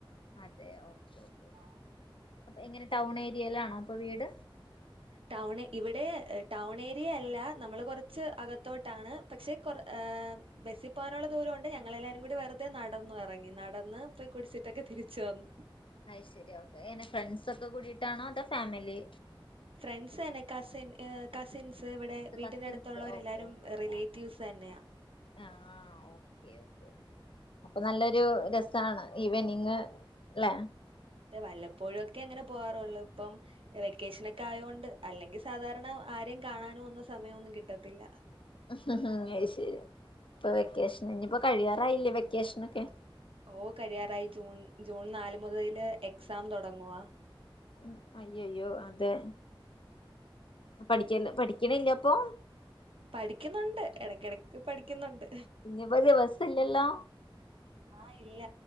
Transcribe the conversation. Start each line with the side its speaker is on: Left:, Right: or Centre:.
Left: അതെയോ ഓക്കെ, ഓക്കെ
Right: ആഹ്
Left: അപ്പൊ എങ്ങനെ ടൗണ് ഏരിയയിലാണോ അപ്പോൾ വീട്?
Right: ടൗൺ ഇവിടെ ടൗൺ ഏരിയയല്ല നമ്മള് കുറച്ച് അകത്തോട്ടാണ് പക്ഷെ കൊ ബസ്സിൽ പോകാനുള്ള ദൂരമുണ്ട് ഞങ്ങളെല്ലാവാരും കൂടി വെറുതെ നടന്നു ഇറങ്ങി നടന്ന് ഇപ്പ കുടിച്ചിട്ടൊക്കെ തിരിച്ചു വന്നു
Left: അയ് ശരി ഓക്കെ എങ്ങനെ ഫ്രണ്ട് സൊക്കെ കൂടിയിട്ടാണോ അതോ ഫാമിലി
Right: ഫ്രണ്ട്സ നെ കാസിൻ ഏ കസിൻസ് ഇവിടെ വീട്ടിന്റെ
Left: കസിൻസ്
Right: അടുത്തുള്ളവരെല്ലാവരും
Left: ഓക്കെ ഓക്കെ ഓക്കെ
Right: റിലേറ്റീവ്സ്തന്നെയാ
Left: ആ ആഹ് ഓക്കെ ഓക്കെ ഓക്കെ. അപ്പൊ നല്ലൊരു രസാണ് ഇവനിങ്ങ് അല്ലെ
Right: അതെ വല്ലപ്പോഴും ഒക്കെ അങ്ങനെ പോവാാറുള്ളൂ ഇപ്പം വെക്കേഷനൊക്കെ ആയോണ്ട് അല്ലെങ്കിൽ സാധാരണ ആരെയും കാണാനും ഒന്നും സമയമൊന്നും കിട്ടത്തില്ല
Left: അ ശരി ഇപ്പൊ വെക്കേഷൻ ഇനിപ്പോ കഴിയാറായില്ലേ വെക്കേഷനൊക്കെ
Right: ഓ കഴിയാാറായി ജൂൺ ജൂൺ നാല് മുതൽ എക്സാം തുടങ്ങുവ
Left: ഉ അയ്യോയ്യോ അതെ ഉ പഠിക്ക പഠിക്കണില്ല അപ്പൊ
Right: പഠിക്കുന്നുണ്ട് ഇടക്കിടക്ക് പഠിക്കുന്നുണ്ട്
Left: ഇ ഞ്ഞിപ്പം ദിവസല്ലല്ലോ
Right: ആഹ് ഇല്ല